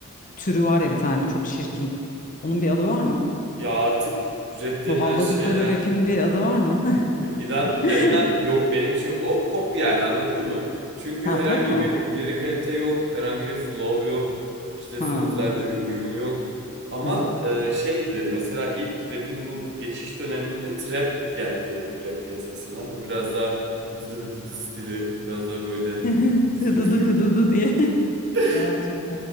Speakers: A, on the left; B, on the right.
A: türü var ya bir tane çok çirkin. Onun bir adı var mı?
B: Ya artık rap denilen
A: Bu havladıkları
B: şeyler
A: rap'in bir adı var mı?
B: İnan ya
A: <laughs>
B: inan yok benim için yok. O pop yani anladın mı? Çünkü
A: Ha
B: herhangi
A: pop mu?
B: bir lirikalite yok, herhangi bir flow yok. İşte
A: Ha.
B: sözlerde bir uyum yok. Ama
A: Hı hı.
B: e, şeydi mesela ilk rap'in bu geçiş döneminde trap geldi rap piyasasına. Bu biraz daha hıdıdı hıdıdı stili, biraz daha böyle
A: <laughs>
B: hızlı
A: Hıdıdı
B: hızlı.
A: hıdıdı diye. <laughs>
B: <laughs>
A: Ben çok.